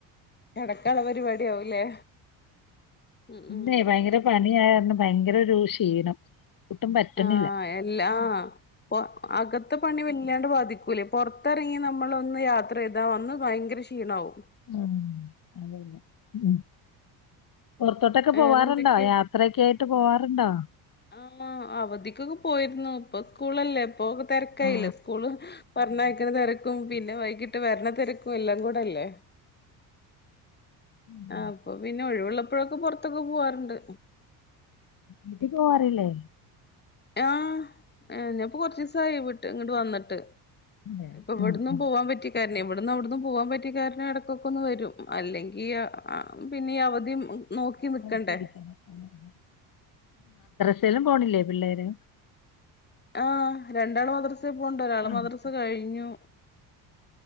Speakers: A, on the left (about 25°); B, on the left (about 50°).
A: കെടക്കാള്ള പരിപാടി ആവുംല്ലേ ഉം ഉം
B: ന്നേ ഭയങ്കര പണി ഭയങ്കരൊരു ക്ഷീണം ഒട്ടും പറ്റണില്ല
A: ആഹ എല് ആ പൊ അകത്ത പണി ല്ലാണ്ട് ബാധിക്കൂല്ലേ പുറത്തിറങ്ങി, നമ്മളൊന്ന് യാത്ര ചെയ്താൽ വന്ന് ഭയര ക്ഷീമാകവും
B: ഉ അതല്ല ഉ പുറത്തോട്ടൊക്കെ
A: വേറെന്തൊക്കെ
B: പോവാറുണ്ടോ യാത്രയൊക്കെ ആയിട്ട് പോവാറുണ്ടോ
A: ആ അവധിക്കൊക്കെ പോയിരുന്നു ഇപ്പൊ സ്കൂളല്ലേ പോ തിരക്കായില്ല
B: ആ.
A: സ്കൂള് പറയക്കണ തിരക്കും പിന്നെ വൈകിട്ട് വരണ തിരക്കും എല്ലാം കൂടെല്ലേ
B: ഉം.
A: ആ അപ്പൊ പിന്നെ ഒഴിവുള്ള ഇപ്പോഴൊക്കെ പുറത്തൊക്കെ പോവാറുണ്ട്
B: വീട്ടി പോവാറില്ലേ
A: ആഹ ആ ഞപ്പൊ കൊറച്ച് ദിവസ ആയി വിട്ട് ഇങ്ങോട്ട് വന്നിട്ട്
B: അതെ
A: ഇപ്പൊ എവിട്ന്നും
B: ഉം ഉം
A: പോവാൻ പറ്റി പിന്നെ ഇവിടന്ന് അവിട്ന്നും പോകാൻ പറ്റിയ കാരണം ഇടക്കൊക്കെ ഒന്ന് വരും അല്ലെങ്കിൽ പിന്നെ അവധി നോക്കി നിക്കണ്ടേ
B: നോക്കിയിരിക്കണം അതെ, അതെ. <unintelligible> പോണില്ലേ പിള്ളേര്
A: ആഹ രണ്ടാള് മ സ് പോവ്ണ്ട് ഒരാള്
B: അതെ
A: മദ്രസ് കഴിഞ്ഞു